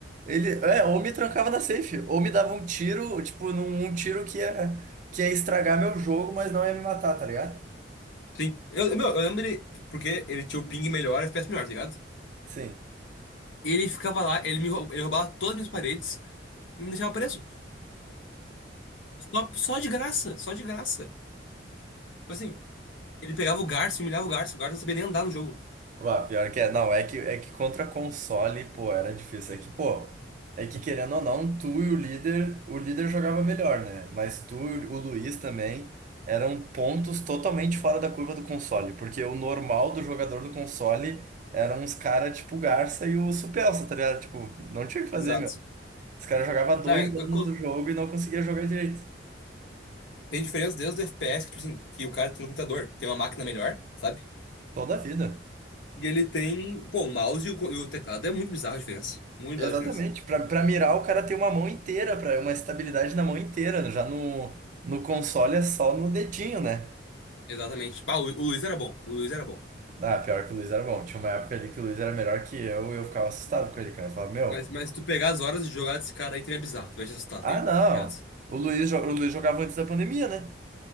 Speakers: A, on the right; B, on the left.
A: Ele, é, ou me trancava na safe, ou me dava um tiro, tipo, num um tiro que ia, que ia estragar meu jogo, mas não ia me matar, tá ligado?
B: Sim. Eu, meu, eu lembro ele, porque ele tinha o ping melhor, FPS melhor, tá ligado?
A: Sim.
B: Ele ficava lá, ele me, rou- ele roubava todas as minhas paredes e me deixava preso. Só, só de graça, só de graça. Tipo Assim, ele pegava o Garça e humilhava o Garça. O Garça não sabia nem andar no jogo.
A: Bah, pior que é, não, é que, é que contra console, pô, era difícil. É que, pô, é que querendo ou não, tu e o líder, o líder jogava melhor, né? Mas tu e o Luiz também eram pontos totalmente fora da curva do console, porque o normal do jogador do console eram uns caras tipo o Garça e o Supelsa, tá ligado? Tipo, não tinha o que fazer,
B: Exato.
A: meu. Os caras jogavam dois
B: Não, é- é
A: anos
B: co-
A: do jogo e não conseguia jogar direito.
B: tem diferença desde o FPS, que, tipo assim, que o cara tem no computador, tem uma máquina melhor, sabe?
A: Toda a vida.
B: E ele tem, pô, o mouse e o, co- e o teclado. É muito bizarra a diferença. Muito
A: Exatamente.
B: bizarra a diferença.
A: Pra pra mirar, o cara tem uma mão inteira, para uma estabilidade na mão inteira. Já no, no console é só no dedinho, né?
B: Exatamente. Bah, o, o Luiz era bom. O Luiz era bom.
A: Ah, pior que o Luiz era bom. Tinha uma época ali que o Luiz era melhor que eu e eu ficava assustado com ele, cara. Eu falava, meu,
B: Mas, mas tu pegar as horas de jogar desse cara aí também é bizarro. Tu vai te assustar,
A: ah,
B: tá ligado?
A: não. O Luiz, jo- o Luiz jogava antes da pandemia, né?